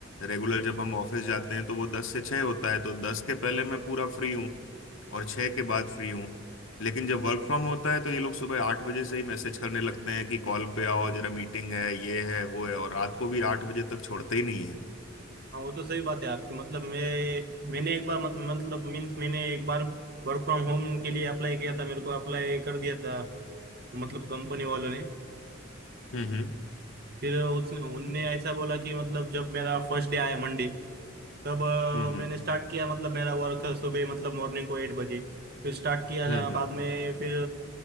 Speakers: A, on the left (about 85°); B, on the right (about 55°).
A: रेगुलर जब हम ऑफिस जाते हैं तो वो दस से छः होता है तो दस के पहले मैं पूरा फ्री हूँ और छः के बाद फ्री हूँ लेकिन जब वर्क फ्रॉम होता है तो ये लोग सुबह आठ बजे से ही मैसेज करने लगते हैं कि कॉल पे आओ जरा मीटिंग है ये है वो है और रात को भी आठ बजे तक छोड़ते ही नहीं है
B: हाँ वो तो सही बात है आपकी मतलब मैं मैंने एक बार मत, मतलब मीन्स मैंने एक बार वर्क फ्रॉम होम के लिए अप्लाई किया था मेरे को अप्लाई कर दिया था मतलब कंपनी वालों ने
A: हम्म हम्म
B: फिर उसने उनने ऐसा बोला कि मतलब जब मेरा फर्स्ट डे आया मंडे तब अ,
A: हम्म हम्म
B: मैंने स्टार्ट किया मतलब मेरा वर्क सुबह मतलब मॉर्निंग को एट बजे फिर स्टार्ट किया
A: हम्म
B: था बाद
A: हम्म
B: में फिर